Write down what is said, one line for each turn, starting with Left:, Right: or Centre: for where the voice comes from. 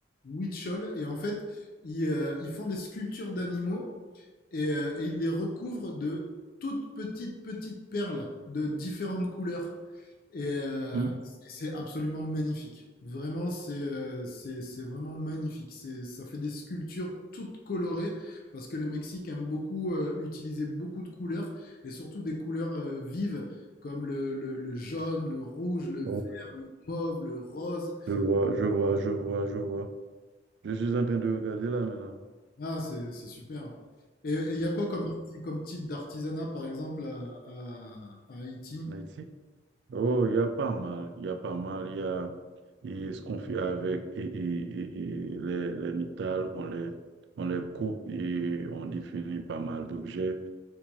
Left: Huichol, et en fait, ils, euh, ils font des sculptures d'animaux et, euh, et ils les recouvrent de toutes petites, petites perles de différentes couleurs. Et euh,
Right: hum?
Left: c'est absolument magnifique. Vraiment, c'est euh, c'est c'est vraiment magnifique. C'est ça fait des sculptures toutes colorées parce que le Mexique aime beaucoup euh, utiliser beaucoup de couleurs et surtout des couleurs euh, vives comme le, le, le jaune, le rouge, le
Right: Oh,
Left: vert, le mauve, le rose.
Right: je vois, je vois, je vois, je vois. Je suis en train de regarder là maintenant.
Left: Ah, c'est c'est super. Et il y a quoi comme, comme type d'artisanat, par exemple, à, à- à Haïti?
Right: En Haïti. Oh, il y a pas mal, il y a pas mal, il y a et ce qu'on fait avec et, et- et- et les, les métals, on les, on les coupe et on définit pas mal d'objets.